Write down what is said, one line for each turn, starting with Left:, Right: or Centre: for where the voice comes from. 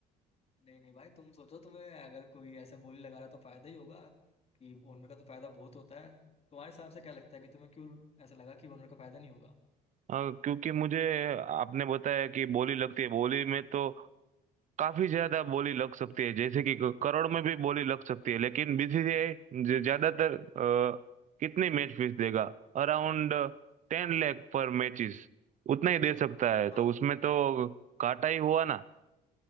Left: नहीं नहीं भाई तुम सोचो तुम्हें अगर कोई ऐसा बोली लगा रहा है, तो फायदा ही होगा कि ओनर का तो फायदा बहुत होता है तुम्हारे हिसाब से क्या लगता है कि तुम्हें क्यों ऐसा लगा कि ओनर का फायदा नहीं होगा
Right: अ, क्योंकि मुझे आपने बताया कि बोली लगती है बोली में तो काफी ज्यादा बोली लग सकती है जैसे कि क- करोड़ में भी बोली लग सकती है लेकिन बीसीसीआई ज्यादातर अ, कितनी मैच फीस देगा अराउंड टेन लाख पर मैचेस उतना ही दे सकता है तो
Left: हाँ
Right: उसमें
Left: तो
Right: तो घाटा ही हुआ ना